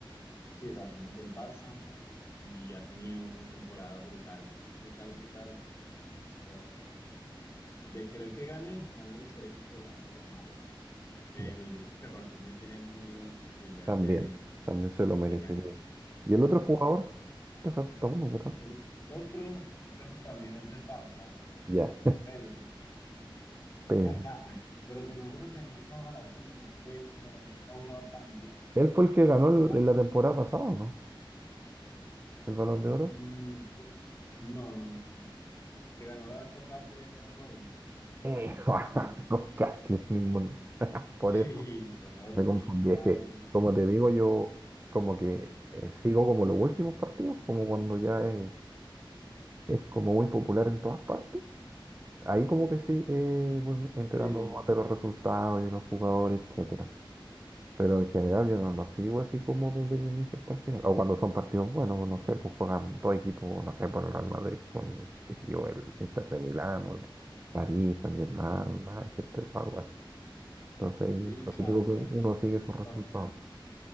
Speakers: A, on the left; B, on the right.
A: Sí, Rafinha es del Barça y ha tenido una temporada brutal, brutal, brutal. O sea, de querer que gane, a mí me gustaría que se lo ganara Yamal, pero
B: Ya.
A: yo creo que Rafinha tiene muy buenas posibilidades
B: También,
A: de,
B: también se lo merecería.
A: de ganárselo también.
B: ¿Y el otro jugador? Te falta uno, ¿verdad?
A: El, el otro es que el otro también es del Barça,
B: Ya,
A: es Pedri.
B: Pedri.
A: <laughs> Pero se lo juro que no es por fanatismo, es que como el equipo ha jugado tan bien,
B: Él fue el que ganó
A: hay varios.
B: el- en la temporada pasada, ¿o no? El Balón de Oro.
A: Mm, pe- no, no, no, no. no. Que ganó la vez pasada fue Rodri,
B: Eh,
A: también
B: <laughs>
A: es español.
B: son
A: <laughs>
B: casi el mismo, ¿no? <laughs> Por eso.
A: Sí, Rodri,
B: Me confundí,
A: Gavi,
B: es que, como
A: Gavi.
B: te digo, yo como que eh, sigo como los últimos partidos, como cuando ya es, es como muy popular en todas partes. Ahí como que sí, eh, voy enterando
A: Sí,
B: más de los resultados de los jugadores, etcétera. Pero en general yo no los sigo así como desde el inicio hasta el final. O cuando son partidos buenos, no sé, pues juegan dos equipos, no sé, por el Real Madrid con, qué sé yo, el Inter de Milán, o el París, Saint-Germain, Manchester, algo así. Entonces,
A: Sí,
B: lo
A: claro,
B: típico que
A: hay,
B: uno sigue
A: hay unos
B: sus resultados.
A: partidazos.